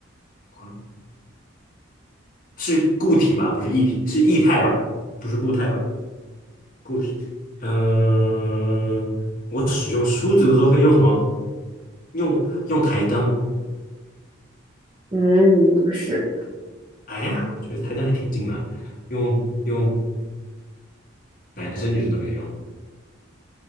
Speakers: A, on the left; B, on the right.
A: 嗯，是固体吧？不是液体，是液态吧？不是固态吧？固体。嗯，我使用梳子的时候可以用什么？用用台灯。
B: 嗯，不是。
A: 哎呀，我觉得台灯还挺近的。用用男生女生都可以用。